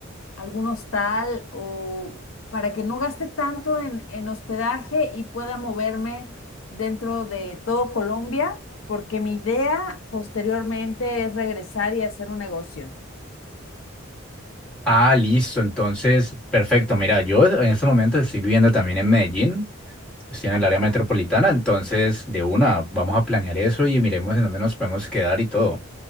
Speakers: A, on the left; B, in the centre.
A: algún hostal o para que no gaste tanto en, en hospedaje y pueda moverme dentro de todo Colombia, porque mi idea posteriormente es regresar y hacer un negocio.
B: Ah, listo, entonces, perfecto. Mira, yo en este momento estoy viviendo también en Medellín, estoy en
A: Ajá.
B: el área metropolitana, entonces de una, vamos a planear eso y miremos en dónde nos podemos quedar y todo.